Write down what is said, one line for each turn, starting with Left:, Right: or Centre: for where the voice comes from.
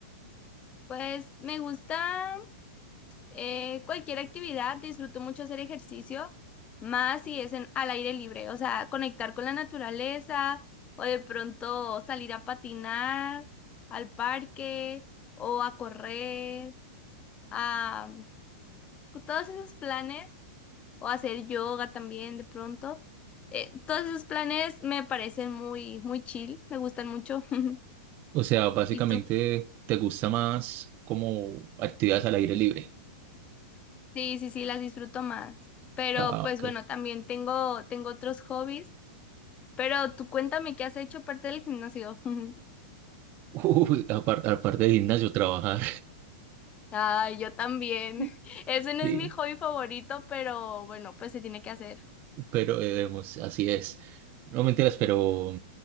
Left: Pues me gusta, eh, cualquier actividad, disfruto mucho hacer ejercicio, más si es en, al aire libre, o sea, conectar con la naturaleza o de pronto salir a patinar al parque o a correr, a todos esos planes o hacer yoga también de pronto. Eh, todos esos planes me parecen muy, muy chill, me gustan mucho. <laughs>
Right: O sea, básicamente,
Left: Y tú,
Right: ¿te gusta más como actividades al aire libre?
Left: sí, sí, sí, las disfruto más. Pero
Right: Ah,
Left: pues
Right: ok.
Left: bueno, también tengo, tengo otros hobbies Pero tú cuéntame qué has hecho aparte del gimnasio. <laughs>
Right: Uy, apar- aparte de gimnasio, trabajar.
Left: Ay, yo también.
Right: <laughs>
Left: <laughs> Ese no
Right: Sí,
Left: es mi hobby favorito, pero bueno, pues se tiene que hacer.
Right: pero eh, vemos así es. No mentiras, pero